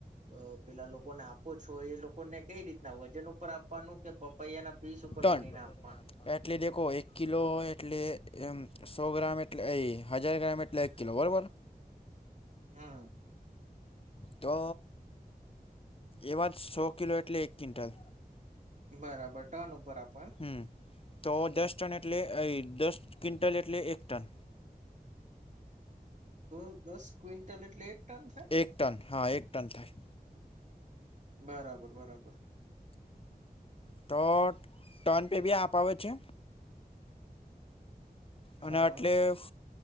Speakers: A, on the right; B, on the left.
A: અહ પેલા લોકોને આપો છો એ લોકોને કઈ રીતના વજન ઉપર આપવાનું કે પપૈયા ના પીસ ઉપર
B: ટન
A: ગણીને આપવાનું
B: એટલે દેખો એક કિલો એટલે એમ સો ગ્રામ એટલે એ હજાર ગ્રામ એટલે એક કિલો બરોબર.
A: હમ્મ.
B: તો એવા સો કિલો એટલે એક ક્વિન્ટલ.
A: બરાબર ટન ઉપર આપ
B: હમ્મ તો દસ ટન એ ટલે દસ ક્વિન્ટલ એટલે એક ટન.
A: તો દસ ક્વિન્ટલ એટલે એક ટન થાય
B: એક ટન હા એક ટન થાય.
A: બરાબર બરાબર.
B: તો ટન પે બી આપાવે છે. અને
A: હા
B: અટલેફ